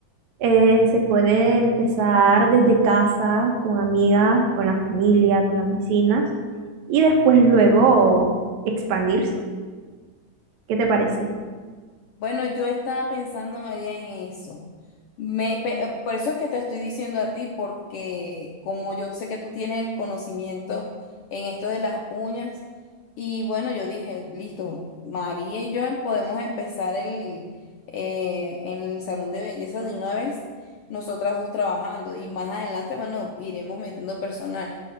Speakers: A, on the right; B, on the left.
A: Eh, se puede empezar desde casa, con amigas, con la familia, con las vecinas, y después luego expandirse. ¿Qué te parece?
B: Bueno, yo estaba pensando, María, en eso. Me, pe- eh, por eso es que te estoy diciendo a ti, porque como yo sé que tú tienes el conocimiento en esto de las uñas, y bueno, yo dije, listo, María y yo em- podemos empezar el, eh, en el salón de belleza de una vez, nosotras dos trabajando, y más adelante, bueno, iremos metiendo personal.